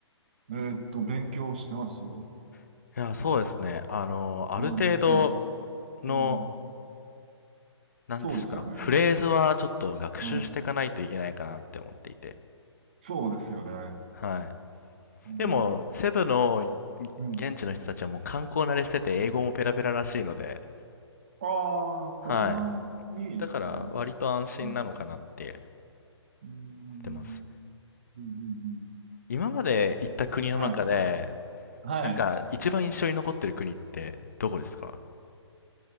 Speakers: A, on the right; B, on the left.
A: えーっと、勉強してますうん、
B: い。いや、そうですね。あの、ある程度
A: うん、
B: の、
A: うん。
B: なんですか、
A: そうですよね。
B: フレーズはちょっと学習していかないといけないかなって思っていて。
A: うん、そうですよね。
B: はい。
A: うん、
B: でも、セブの
A: うん。
B: 現地の人たちはもう観光慣れしてて、英語もペラペラらしいので、
A: ああ、
B: はい。
A: それはいいですね。
B: だから、割と安心なのかなって
A: うん、うん、
B: 思ってます。
A: うん、うん
B: 今まで行った国の中で、
A: うんはい、はい。
B: なんか一番印象に残ってる国ってどこですか